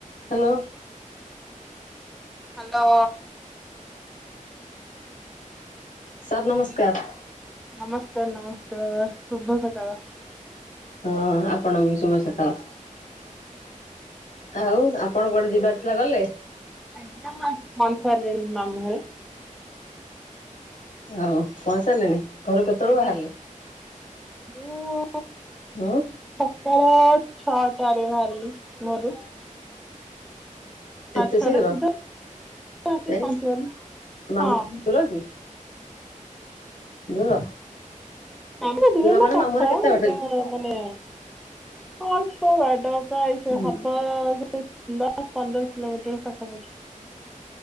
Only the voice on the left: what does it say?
ହାଲୋ।
ସାର୍ ନମସ୍କାର।
ହଁ ଆପଣଙ୍କୁ ବି ଶୁଭ ସକାଳ। ଆଉ ଆପଣ କୁଆଡେ ଯିବାର ଥିଲା ଗଲେ?
ଓ ପହଞ୍ଚି ସାରିଲେଣି ଘରୁ
କେତେବେଳୁ
ବାହାରିଲେ?
ହଁ
ଏତେ
ଶୀଘ୍ର।
କାଇଁ
ମାମୁ
ଘର ଦୂର କି। ଦୂର।
ମାନେ
ମାମୁଁ ଘର କେତେ ବାଟ
କି?
ହୁଁ